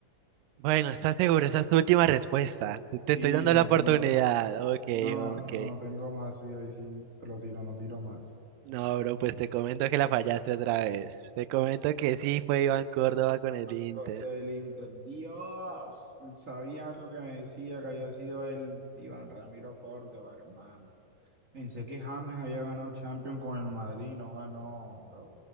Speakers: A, on the right (about 90°); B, on the right (about 30°).
A: Bueno, ¿estás seguro? Esa es tu última respuesta.
B: Sí,
A: Te estoy dando
B: no
A: la oportunidad.
B: tengo,
A: Ok,
B: no,
A: ok.
B: no tengo más, sí, ahí sí te lo tiro, no tiro más.
A: No, bro, pues te comento que la fallaste otra vez. Te comento que sí fue Iván Córdoba con el Inter.
B: Córdoba del Inter, Dios, sabía algo que me decía que había sido el Iván Ramiro Córdoba, hermano. Pensé que James había ganado Champions con el Madrid, no ganó, bro.